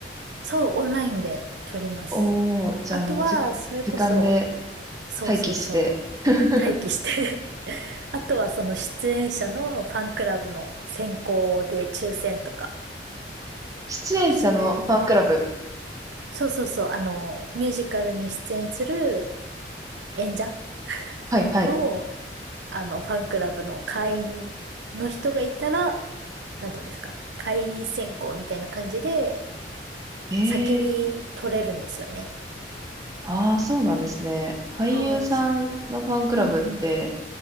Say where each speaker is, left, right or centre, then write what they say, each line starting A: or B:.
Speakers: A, on the right; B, on the right.
A: そう、オンラインで取ります。
B: おー、じゃあもうじ、
A: あとは、それこそ、
B: 時間で
A: そうそうそ
B: 待機して。<laughs>
A: う、待機して <laughs> あとはその出演者のファンクラブの選考で抽選とか、
B: 出演者のファンクラブ。
A: そういう、そうそうそう、あの、ミュージカルに出演する演者
B: はいはい。
A: の、あの、ファンクラブの会員の人がいたら、なんていうんですか、会員選考みたいな感じで、
B: ええ
A: 先に取れるんですよね。
B: ああ、そうなんですね。俳優さんのファンクラブって、
A: そうっす。うんうん。